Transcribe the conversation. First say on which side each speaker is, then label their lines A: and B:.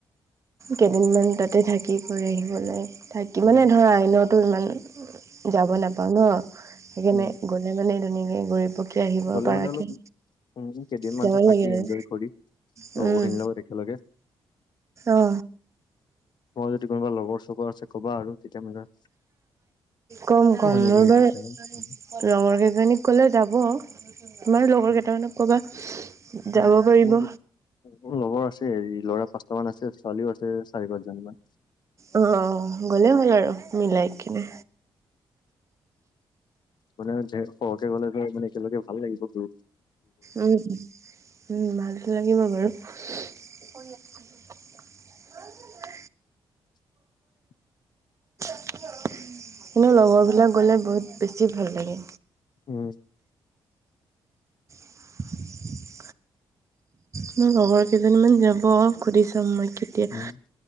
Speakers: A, on the right (about 35°); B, on the left (about 55°).
A: কেইদিনমান তাতে থাকি কৰি আহিব লাগে, কিমানে
B: উম,
A: ধৰা আইনেওতো ইমান যাব নাপাওঁ ন সেইকাৰণে
B: উম,
A: মানে-মানে ধুনীয়াকে ঘৰি পকী আহিব
B: গ'লে
A: পাৰাকে,
B: মানে অলপ উম, কেইদিনমানতো
A: যাব লাগে আৰু
B: <unintelligible>
A: উম,
B: লগৰখিনিৰ লগত একেলগে
A: অ।
B: তোমাৰ যদি কোনোবা লগৰ চবৰ আছে ক'বা আৰু তেতিয়া মানে
A: কম কম
B: ধুনীয়াকে
A: মোৰ
B: হৈ
A: বাৰু
B: যাব পাৰিম। উম,
A: লগৰ কেইজনীক ক'লে যাব। তোমাৰ লগৰ
B: উম,
A: কেইটামানক ক'বা
B: উম।
A: যাব পাৰিব।
B: মোৰ মোৰ লগৰ আছে হেৰি ল'ৰা পাঁচটা মান আছে, ছোৱালীও আছে চাৰি পাঁচজনি মান।
A: অ, গ'লেই হ'ল আৰু মিলাই কিনে।
B: মানে সৰহকে গ'লে ধৰ মানে একেলগে ভাল লাগিব ঘূৰি
A: উম উম ভাল লাগিব বাৰু <unintelligible>
B: <inaudible>
A: কিন্তু লগৰবিলাক গ'লে বহুত বেছি ভাল লাগে।
B: উম
A: <unintelligible> মোৰ লগৰ কেইজনীমান যাব সুধি চাম মই কেতিয়া,
B: উম,